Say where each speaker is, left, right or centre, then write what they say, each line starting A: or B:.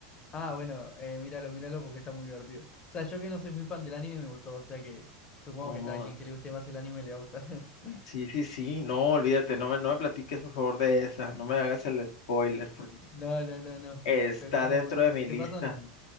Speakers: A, on the left; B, on the left.
A: Ah, bueno, eh, míralo, míralo porque está muy divertido. O sea, yo que no soy muy fan del anime me gustó, o sea que supongo
B: Oh,
A: que a alguien que le guste más el anime le va a gustar. <laughs>
B: sí, sí, sí, no, olvídate, no me, no me platiques por favor de esa, no me hagas el spoiler
A: No, no, no, no.
B: Está
A: Pero está
B: dentro
A: muy bueno.
B: de mi
A: Se
B: lista.
A: pasan.